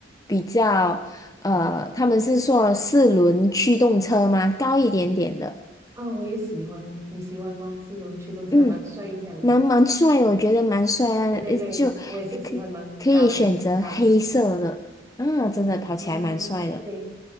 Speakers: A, on the left; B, on the right.
A: 比较呃，他们是说四轮驱动车吗？高一点点的，
B: 啊、我也喜欢，你喜欢吗？四轮驱动车蛮帅一下的。
A: 嗯，蛮蛮帅的，我觉得蛮帅啊，
B: 对对对，
A: 呃就
B: 我也是喜欢蛮高的高的车。
A: 可可以选择黑色的啊，真的跑起来蛮帅的，
B: 嗯，对，